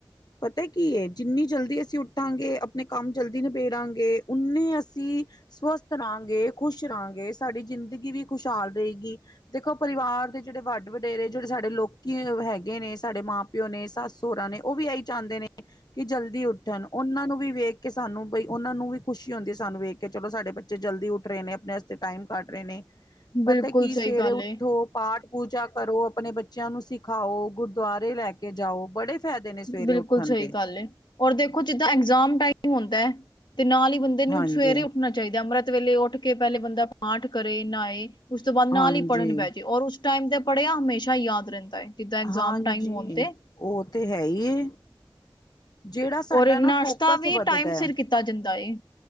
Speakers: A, on the left; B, on the left.
A: ਪਤਾ ਕੀ ਜਿੰਨੀ ਜਲਦੀ ਅਸੀਂ ਉੱਠਾਂਗੇ ਆਪਣੇ ਕੰਮ ਜਲਦੀ ਨਿਬੇੜਾਂਗੇ ਉਨੇ ਅਸੀਂ ਸਵਸਥ ਰਹਾਂਗੇ, ਖ਼ੁਸ਼ ਰਹਾਂਗੇ ਸਾਡੀ ਜ਼ਿੰਦਗੀ ਵੀ ਖੁਸ਼ਹਾਲ ਰਹੇਗੀ। ਦੇਖੋ ਪਰਿਵਾਰ ਦੇ ਜਿਹੜੇ ਵਡ ਵਡੇਰੇ ਜਿਹੜੇ ਸਾਡੇ ਲੋਕੀ ਹੈਗੇ ਨੇ ਸਾਡੇ ਮਾਂ ਪਿਓ, ਨੇ ਸੱਸ ਸਹਰਾ ਨੇ, ਉਹ ਵੀ ਇਹੀ ਚਾਹੁੰਦੇ ਨੇ ਕਿ ਜਲਦੀ ਉੱਠਣ ਉਹਨਾਂ ਨੂੰ ਵੀ ਵੇਖ ਕੇ ਸਾਨੂੰ ਬਈ ਉਹਨਾਂ ਨੂੰ ਵੀ ਖੁਸ਼ੀ ਹੁੰਦੀ ਸਾਨੂੰ ਵੇਖ ਕੇ ਕਿ ਚਲੋ ਸਾਡੇ ਬੱਚੇ ਜਲਦੀ ਉੱਠ ਰਹੇ ਨੇ ਆਪਣੇ ਵਸਤੇ ਟਾਈਮ ਕਢ ਰਹੇ ਨੇ
B: ਬਿਲਕੁਲ
A: ਪਤਾ ਕੀ
B: ਸਹੀ
A: ਸਵੇਰੇ
B: ਗੱਲ ਏ
A: ਉੱਠੋ ਪਾਠ ਪੂਜਾ ਕਰੋ, ਆਪਣੇ ਬੱਚਿਆਂ ਨੂੰ ਸਿਖਾਓ, ਗੁਰਦੁਆਰੇ ਲੈ ਕੇ ਜਾਓ, ਬੜੇ ਫਾਇਦੇ ਨੇ ਸਵੇਰੇ
B: ਬਿਲਕੁਲ
A: ਉੱਠਣ
B: ਸਹੀ
A: ਦੇ
B: ਗੱਲ ਏ ਔਰ ਦੇਖੋ ਜਿੱਦਾਂ ਐਗਜਾਮ ਟਾਈਮ ਹੁੰਦਾ ਹੈ ਤੇ ਨਾਲ ਹੀ ਬੰਦੇ ਨੂੰ
A: ਹਾਂਜੀ
B: ਸਵੇਰੇ ਉੱਠਣਾ ਚਾਹੀਦਾ ਅੰਮ੍ਰਿਤ ਵੇਲੇ ਉੱਠ ਕੇ ਪਹਿਲੇ ਬੰਦਾ ਪਾਠ ਕਰੇ, ਨਾਏ ਉਸ ਤੋਂ ਬਾਅਦ ਨਾਲ
A: ਹਾਂਜੀ
B: ਹੀ ਪੜ੍ਹਨ ਬਹਿਜੇ ਔਰ ਉਸ ਟਾਈਮ ਤੇ ਪੜ੍ਹਿਆ ਹਮੇਸ਼ਾ ਯਾਦ ਰਹਿੰਦਾ ਹੈ ਜਿੱਦਾਂ ਇਗਜ਼ਾਮ
A: ਹਾਂਜੀ
B: ਟਾਈਮ ਹੋਣ ਤੇ।
A: ਉਹ ਤੇ ਹੈ ਹੀ। ਜਿਹੜਾ ਸਾਡਾ
B: ਔਰ ਨਾਸ਼ਤਾ
A: ਨਾ ਫੋਕਸ
B: ਵੀ
A: ਵੱਧਦਾ
B: ਟਾਈਮ
A: ਹੈ।
B: ਸਿਰ ਕੀਤਾ ਜਾਂਦਾ ਏ।